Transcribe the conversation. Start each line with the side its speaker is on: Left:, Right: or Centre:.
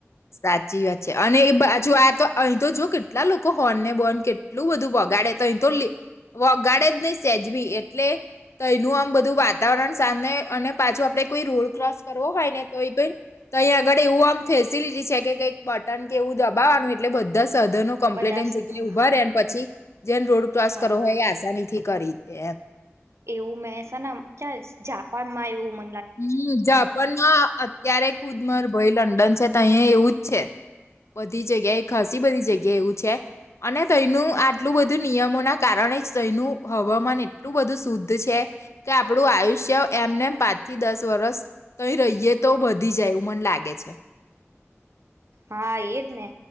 Left: સાચી વાત છે અને એ બાછું આ તો અહીં તો જો કે કેટલા લોકો હોર્નને બોન કેટલુંબધું વગાડે તોહી તો વગાડે જ નહી સેજબી એટલે તોયનું આમ બધું વાતાવરણ સામે અને પાછું આપડે કોઈ રોડ ક્રોસ કરવો હોયને તો તો અહીંયા આગળ એવું આમ ફેસિલિટી છે કે કંઈક બટન કે એવું દબાવવાનું એટલે બધા જ સધનો કમ્પ્લેટ
Right: બધા
Left: એ જેગલે ઉભા
Right: હા
Left: રેને પછી જેને રોડ ક્રોસ
Right: હા
Left: કરો હોય એ આસાાનીથી કરીદે એમ
Right: એવું મેસેને ક્યાં જાપાનમાં એવું મ
Left: હમ જાપાનમાં અત્યારે કુદમર ભાઈ લંડન છે ત્યં એવું જ છે બધી જગ્યા એ ખસી બધી જગ્યા એવું છે અને ત્યનું આટલું બધું નિયમો ના કારણે જ ત્યનું હવામાન એટલું બધું શુદ્ધ છે કે આપડું આયુષ્ય એમનેમ પા થી દસ વરસ તઈ રહીએ તો વધી જાય એવું મન લાગે છે
Right: હા એદને